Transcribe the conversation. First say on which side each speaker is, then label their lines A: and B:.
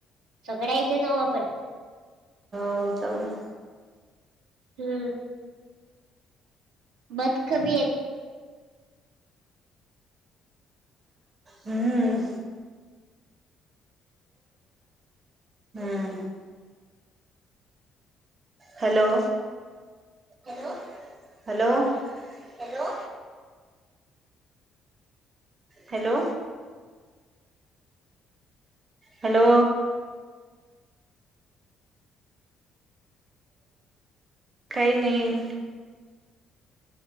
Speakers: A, on the right; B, on the right.
A: सगळ्या इथे जाऊ आपण.
B: हो जाऊन.
A: हम् बतक बी येत.
B: हम्म. हम्म hello, hello, hello, hello, hello, hello, काही नाही,